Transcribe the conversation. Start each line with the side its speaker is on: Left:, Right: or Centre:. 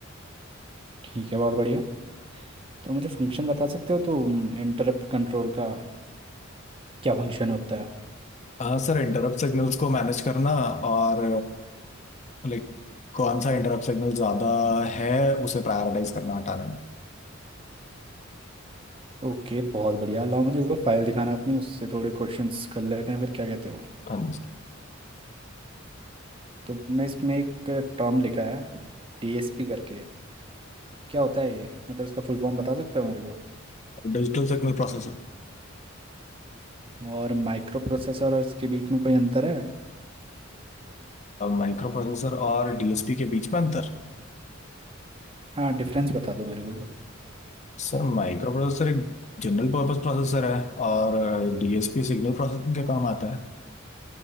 Right: ठीक है बहुत बढ़िया तो मुझे फंक्शन बता सकते हो तो इंटरप्ट कंट्रोल का क्या फंक्शन होता है
Left: हाँ सर इंटरप्ट सिग्नल्स को मैनेज करना और लाइक कौन सा इंटरप्ट सिग्नल ज़्यादा है उसे प्रायोरिटाइज करना हटाने
Right: ओके बहुत बढ़िया लाओ मुझे वो फाइल दिखाना अपनी उससे थोड़े क्वेश्चंस कर लेते हैं फिर क्या कहते हो
Left: में
Right: तुमने इसमें एक टर्म लिखा है डीएसपी करके क्या होता है ये मतलब इसका फुल फॉर्म बता सकते हो मेरे को
Left: Digital signal processor
Right: और माइक्रो प्रोसेसर और इसके बीच में कोई अंतर है
Left: Microprocessor और डीएसपी के बीच में अंतर
Right: हाँ डिफरेंस बता दो मेरे को
Left: सर माइक्रो प्रोसेसर एक जनरल पर्पस प्रोसेसर है और डीएसपी सिग्नल प्रोसेसिंग के काम आता है